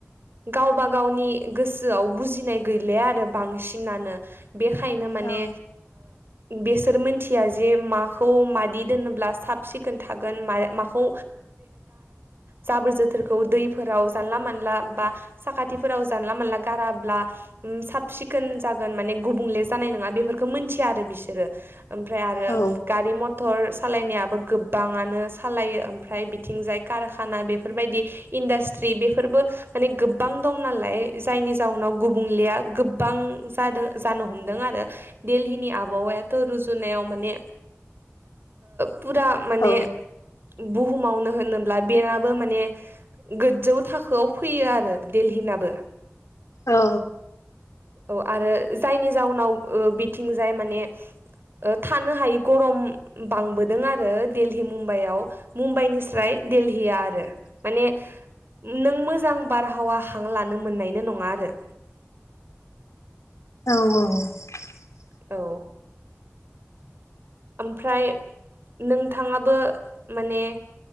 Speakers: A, on the right; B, on the left.
A: बे गावबा गावनि गोसोआव बुजिनाय गैले आरो बांसिनानो बेखायनो माने
B: औ
A: बिसोर मिथिया जे माखौ मादि दोनोब्ला साब सिखोन थागोन माखौ जाबोर जोथोरखौ दैफोराव जानला मानला बा साखाथिफोराव जानला मोनानला गाराब्ला साब सिखोन जागोन माने गुबुंले जानाय नङा बेफोरखौ मोनथि बिसोरो ओमफ्राय आरो
B: औ
A: गारि मटर सालायनायाबो गोबाङानो सालायो ओमफ्राय बिथिंजाय कारखाना बेफोरबायदि इन्डास्ट्रि बेफोरबो माने गो गोबां दं नालाय जायनि जाउनाव गुबुंलेया गोबां जादों जानो हमदों आरो दिलीनि आबहावायाथ' रुजुनायाव माने फुरा माने
B: औ
A: बुहुमावनो होनोब्ला बेनाबो माने गोजौ थाखोआव फैयो आरो। देलहिनाबो
B: औ।
A: औ आरो जायनि जाउनाव ओ बिथिंजाय माने ओ थानो हायि गरम बांबोदों आरो देलहि मुम्बाइआव मुम्बाइनिस्राय देलहिआ आरो मानो नों मोज जां बारहावा हां लानो मोन्नायनो नङा आरो
B: औ औ औ
A: औ ओमफ्राय नोंथाङाबो माने